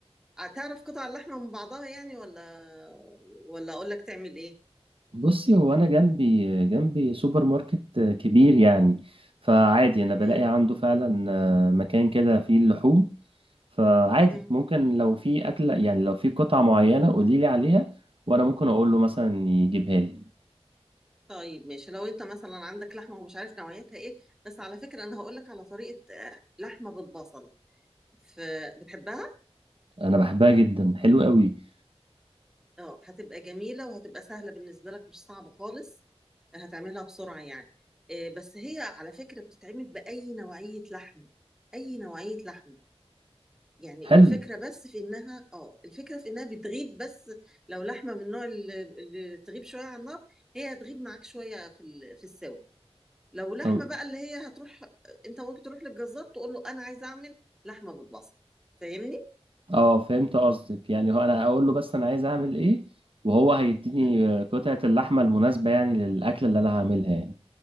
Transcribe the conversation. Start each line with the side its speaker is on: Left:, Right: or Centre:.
Centre: هتعرف قطع اللحمة من بعضها يعني ولا ولا اقول لك تعمل ايه
Right: بصي هو انا جنبي جنبي سوبر ماركت كبير يعني فعادي انا بلاقي
Centre: مم.
Right: عنده فعلا آه، مكان كده فيه اللحوم فعادي
Centre: مم.
Right: ممكن لو في اكله يعني لو في قطعه معينه قولي لي عليها وانا ممكن اقول له مثلا يجيبها لي
Centre: طيب ماشي لو انت مثلا عندك لحمة ومش عارف نوعيتها ايه بس على فكرة انا هقول لك على طريقة آه، لحمة بالبصل فبتحبها
Right: انا بحبها جدا حلو قوي
Centre: اه هتبقى جميلة وهتبقى سهلة بالنسبة لك مش صعبة خالص هتعملها بسرعة يعني آه، بس هي على فكرة بتتعمل بأي نوعية لحم أي نوعية لحم يعني
Right: حلو
Centre: الفكرة بس في إنها آه الفكرة في إنها بتغيب بس لو لحمة من النوع اللي, اللي تغيب شوية على النار هي هتغيب معاك شوية في ال- في السوا لو لحمة
Right: طب
Centre: بقى اللي هي هتروح أنت ممكن تروح للجزار تقول له أنا عايزة أعمل لحمة بالبصل فاهمني؟
Right: اه فهمت قصدك يعني هو انا اقول له بس انا عايز اعمل ايه وهو هيديني
Centre: مم.
Right: آه، قطعه اللحمه المناسبه يعني للاكله اللي انا هعملها يعني